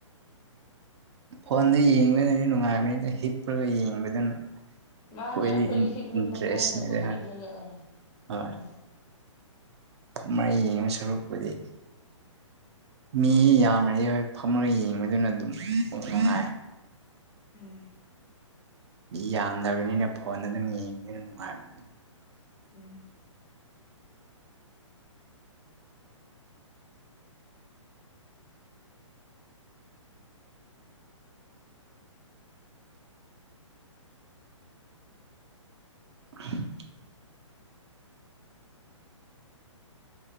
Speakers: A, on the right; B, on the left.
A: ꯐꯣꯟꯗ ꯌꯦꯡꯕꯗꯨꯅꯗꯤ ꯅꯨꯡꯉꯥꯏꯕꯅꯤꯅ ꯍꯤꯞꯄꯨꯔꯒ ꯌꯦꯡꯕꯗꯨꯅ
B: ꯃꯥꯅꯦ
A: ꯈꯣꯏꯗꯤ
B: ꯑꯩꯈꯣꯏꯒꯤ ꯍꯤꯞꯅꯤꯡꯕ
A: ꯏꯟꯇꯔꯦꯁꯅꯗ
B: ꯃꯑꯣꯡꯗꯀꯣ ꯍꯤꯞꯂꯒ ꯑꯥ
A: ꯍꯣꯏ
B: ꯌꯦꯡꯉꯣ
A: ꯑꯃ ꯌꯦꯡꯉꯕ ꯁꯔꯨꯛꯄꯨꯗꯤ ꯃꯤ ꯌꯥꯝꯃ ꯍꯣꯏ ꯐꯝꯃꯒ ꯌꯦꯡꯕꯗꯨꯅ ꯑꯗꯨꯝ ꯅꯨꯡꯉꯥꯏ
B: ꯎꯝ
A: ꯌꯥꯝꯗ꯭ꯔꯕꯅꯤꯅ ꯐꯣꯟ ꯑꯗꯨꯝ ꯌꯦꯡꯕꯅꯤꯅ ꯅꯨꯡꯉꯥꯏꯕꯅꯤ
B: ꯎꯝ
A: <inaudible>